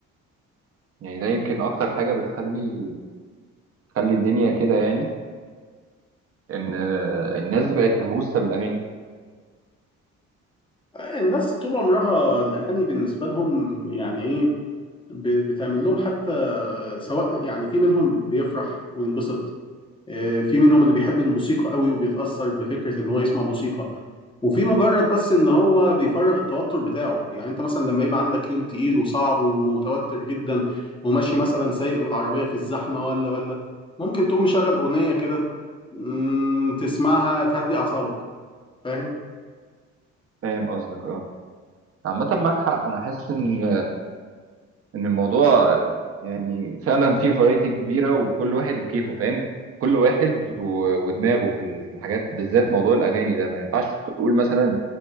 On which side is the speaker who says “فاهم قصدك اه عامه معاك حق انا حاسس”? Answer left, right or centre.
Right